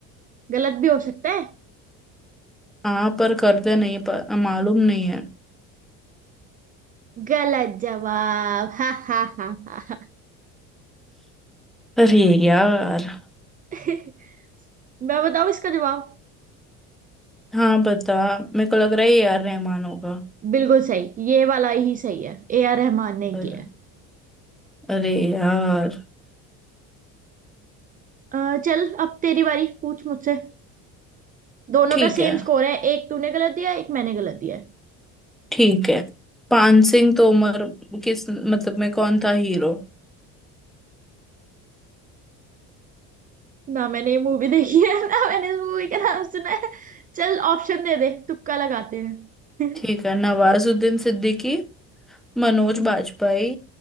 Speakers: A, on the right; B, in the centre.
A: गलत भी हो सकता है
B: हाँ पर कर दे नहीं प- मालूम नहीं है
A: गलत जवाब हा हा हा हा हा।
B: अरे यार
A: <laughs> मैं बताऊं इसका जवाब
B: हाँ बता मेरे को लग रहा है ये यार रहमान होगा
A: बिल्कुल सही ये वाला ही सही है ए आर रहमान ने
B: पर-
A: किया है
B: अरे यार
A: अ, चल अब तेरी बारी पूछ मुझसे दोनों
B: ठीक
A: का सेम
B: है
A: स्कोर है एक तूने गलत दिया एक मैंने गलत दिया है
B: ठीक है पान सिंह तोमर किस मतलब में कौन था हीरो
A: ना मैंने ये मूवी देखी है <laughs> ना मैंने इस मूवी का नाम सुना है चल ऑप्शन दे दे तुक्का लगाते हैं
B: ठीक
A: <laughs>
B: है नवाजुद्दीन सिद्दीकी मनोज बाजपेयी